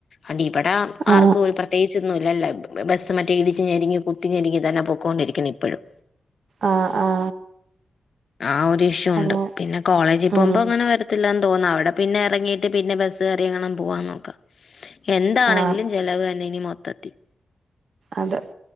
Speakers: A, on the left (about 70°); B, on the right (about 75°).
A: അടി ഇവിടെ ആർക്കും
B: ആഹ്
A: ഒരു പ്രത്യേകിച്ചൊന്നും ഇല്ലല്ലേ ബസ്സ് മറ്റേ ഇടിച്ചു ഞരിങ്ങി കുത്തിരിതന്നെ പോ കൊണ്ടിരിക്കുന്ന് ഇപ്പോഴും
B: ആഹ് ആഹ്
A: ആ ഒരു ഇഷ്യൂ ഒണ്ട്
B: അങ്ങനെ
A: പിന്നെ കോളേജിൽ പോംമ്പോ
B: ഉം
A: അങ്ങനെ വര ത്തില്ലാന്ന് തോന്നാ അവിടെ പിന്നെ എറങ്ങീട്ട് പിന്നെ ബസ്‌ കേറിങ്ങണം പോവാന്ന് നോക്കാ എന്താണെങ്കിലും
B: ആഹ്
A: ചെലവെന്നെനി മൊത്തത്തിൽ
B: അതെ